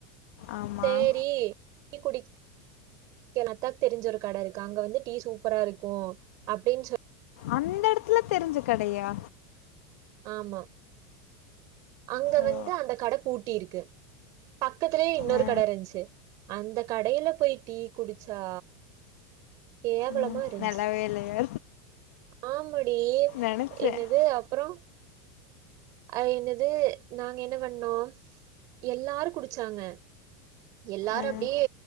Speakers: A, on the left (about 70°); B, on the right (about 50°).
A: ஆமாம்
B: சேரி டீ குடிக் க்கனத்தா தெரிஞ்ச ஒரு கட இருக்கா அங்க வந்து டீ சூப்பரா இருக்கு அப்பிடின் சொல்
A: அந்த எடத் த்துல தெரிஞ்ச கடையா
B: ஆமா அங்க
A: ஓ
B: வந்து அந்த கட பூட்டிருக்கு பக்கத்திலியே இன்னொரு
A: ஆ
B: கட இருந்துச்சி அந்த கடையில போய் டீ குடிச்சா கேவ வலமா
A: ம்
B: இருந்ச்சி
A: நல்லாவே இல்லையா
B: ஆமடி
A: நினச்சேன்
B: என்னது அப்புறோ அ என்னது நாங்க என்ன பண்ணோ எல்லாரு குடிச்சாங்க எல்லாரும்
A: ஆ
B: அப்பிடியே